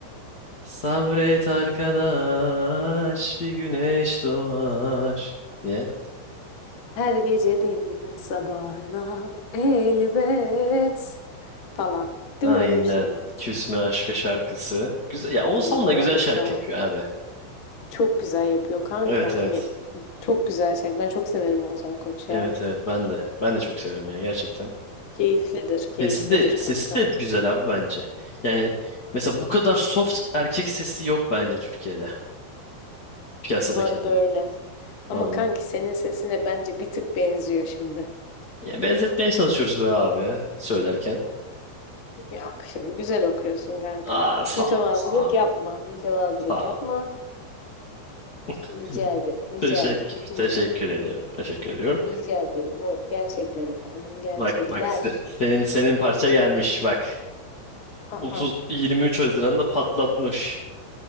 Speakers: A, on the left (about 45°); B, on the left (about 70°).
A: Sabret arkadaş, bir güneş doğar diye.
B: Her gecenin sabahına elbet falan. Değil
A: Aynen.
B: mi öyle bir şeydi?
A: Küsme aşka şarkısı. Güzel. Ya
B: Ay
A: Oğuzhan da
B: kanka.
A: güzel şarkı yapıyor abi.
B: Çok güzel yapıyor kanka.
A: Evet evet.
B: Hani çok güzel şarkı. Ben çok severim Oğuzhan Koç
A: Evet
B: ya.
A: evet ben de. Ben de çok severim ya gerçekten.
B: Keyiflidir,
A: Sesi
B: keyiflidir
A: de sesi
B: kanka.
A: de güzel abi bence. Yani mesela bu kadar soft erkek sesi yok bence Türkiye'de. Piyasadakilerden.
B: Bu arada öyle. Ama
A: Valla.
B: kanki senin sesine bence bir tık benziyor şimdi.
A: Ya benzetmeye çalışıyoruz be abi söylerken.
B: Yok şimdi güzel okuyorsun kanka.
A: Aa sağ
B: Mütevazılık
A: ol sağ ol
B: yapma. Mütevazılık
A: sağ
B: yapma.
A: ol. <laughs>
B: Rica ederim. Rica
A: Teşekkür
B: ederim. Rica,
A: teşekkür ediyorum. Teşekkür ediyorum.
B: rica ederim. O gerçekler efendim. Gerçekler.
A: Bak bak se- senin senin parça gelmiş bak.
B: Aha.
A: 30 23 Haziran'da patlatmış.